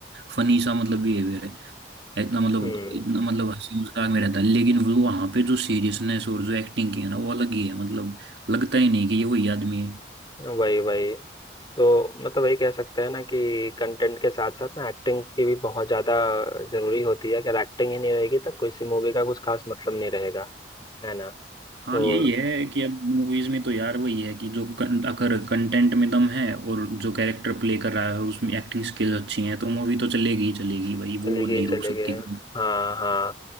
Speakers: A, on the right; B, on the left.
A: फनी सा मतलब बिहेवियर है इतना मतलब
B: हम्म
A: इतना मतलब हंसी मजाक में रहता है लेकिन वो वहां पे जो सीरियसनेस और जो एक्टिंग की है ना वो अलग ही है मतलब लगता ही नहीं कि ये वही आदमी है
B: वही वही तो मतलब वही कह सकते हैं ना कि कंटेंट के साथ साथ ना एक्टिंग की भी बहुत ज्यादा जरूरी होती है अगर एक्टिंग ही नहीं रहेगी तो किसी मूवी का कुछ खास मतलब नहीं रहेगा है ना
A: हाँ
B: तो
A: यही है कि अब मूवीज में तो यार वही है कि जो कं, अगर कंटेंट में दम है और जो कैरेक्टर प्ले कर रहा है उसमें एक्टिंग स्किल्स अच्छी हैं तो मूवी तो चलेगी ही चलेगी भाई
B: चले
A: वो वो
B: गए
A: नहीं रोक
B: चले
A: सकते
B: गए हाँ हाँ